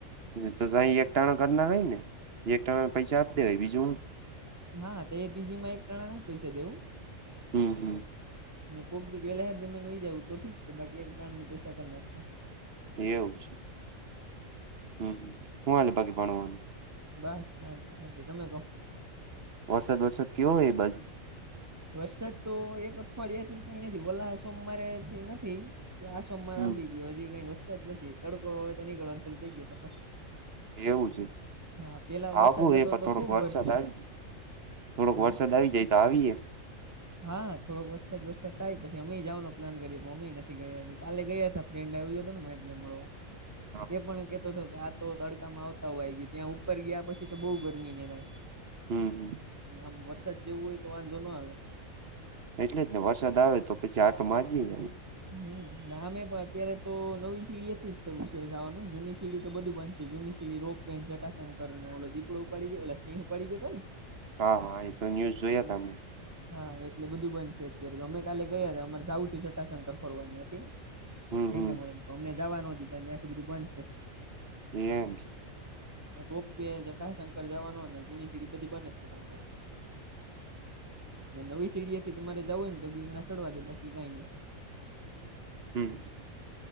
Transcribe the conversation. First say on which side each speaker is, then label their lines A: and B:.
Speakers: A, on the right; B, on the right.
A: તો કઈ એક ટાણા કર નખાય ને એક ટાણાના પૈસા આપી દેવાય બીજું હું
B: હા તો એપીજી માં એક ટણા ના જ પૈસા દેવું.
A: હમ્મ હમ્મ.
B: ને કોક દી વેલા હ જમીન વઈ જાવું તો ઠીક છે. બાકી એક ટાણા ના પૈસા કરી નાખશું.
A: એવું છે. હમ્મ હું હાલે બાકી ભણવાનું.
B: બસ શાંતિ-શાંતિ તમે કો.
A: વરસાદ બરસાદ કેવોય એ બાજુ.
B: વરસાદ તો એક અઠવાડિયાથી કઈ નથી ઓલા સોમવારેથી નથી આ સોમવાર
A: હમ
B: આંબી ગયો હજી કઈ વરસાદ જ નથી તડકો હવે તો નીકળવાનું ચાલુ થઈ ગયો પાછો.
A: એવું છે.
B: હા પેલા વરસાદ
A: આવું હે
B: હતો
A: પણ
B: તો
A: થોડોક
B: ખુબ
A: વરસાદ
B: વરસ્યો.
A: આવી થોડોક
B: એ
A: વરસાદ આવી જાય તો આવીએે.
B: હા થોડોક વરસાદ બરસાદ થાય પછી અમએ જવાનો પ્લાન કરીએ પણ અમેય નથી ગયા હજી. કાલે ગયા તાં. ફ્રેન્ડ આવી ગીયો હતો મહેક ને મળવા.
A: <inaudible>
B: તે પણ કેતો હતો કે આ તો તડકામાં આવતા હોયઈ ગયું ત્યાં ઉપર ગયા પછી તો બહુ ગરમી એને થાય.
A: હમ હમ
B: આમ વરસાદ જેવું હોય તો વાંધો નો આવે.
A: એટલે જ ને વરસાદ આવે તો પછી આટો મારી એ આવે.
B: હમ્મ ને આમે પણ અત્યારે તો નવી સીડીએ થીજ છે ઉછે જવાનું. જૂની સીડી તો બધું બનશે જૂની રોપવે, જટાશકર ને ઓલો દીપડો ઉપડી ગયો એટલે સિહ ઉપાડી ગયો હતો ને.
A: હા હા એ. તો ન્યૂઝ જોયા
B: એટલે.
A: તા મેં
B: હા એટલે બધું બનશે અત્યારે તો અમે કાલે ગયા હતા અમારે જવ છું જટાશંકર ફોરવા ન્યાંથી.
A: હમ
B: ફ્રેન્ડ
A: હમ
B: ને મળીને અમને જાવા નો દીધા ન્યાંથી બધું બંધ છે.
A: એમ.
B: રોપ વે, જટાશંકર જવાનું ને જૂની સીડી બધી બને છે હમણા. ને નવી સીડીએ થી તમારે જાવું હોય ને તો ગીરના સડવા ડે બાકી કાંઈ નઈ.
A: હમ્મ.